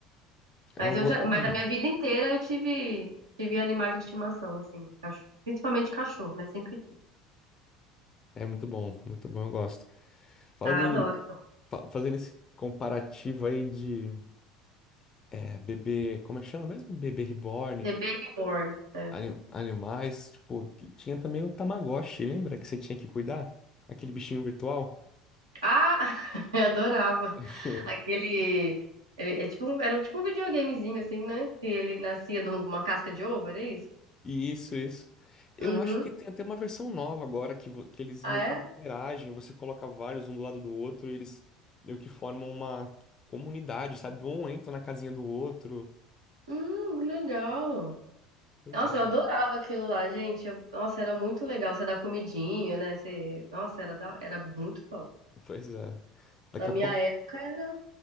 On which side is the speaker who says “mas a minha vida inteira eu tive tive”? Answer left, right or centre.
Right